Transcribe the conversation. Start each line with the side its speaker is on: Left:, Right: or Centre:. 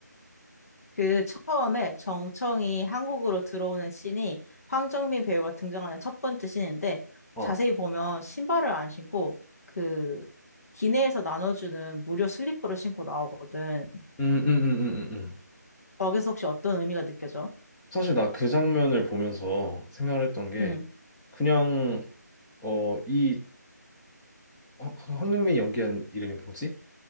Left: 그 처음에 정청이 한국으로 들어오는 씬이 황정민 배우가 등장하는 첫 번째 씬인데
Centre: 어.
Left: 자세히 보면 신발을 안 신고 그 기내에서 나눠주는 무료 슬리퍼를 신고 나오거든.
Centre: 음, 음, 음, 음, 음. 음.
Left: 거기서 혹시 어떤 의미가 느껴져?
Centre: 사실 나 그 장면을 보면서 생각을 했던 게
Left: 음,
Centre: 그냥 어, 이 황- 황정민이 연기한 이름이 뭐지?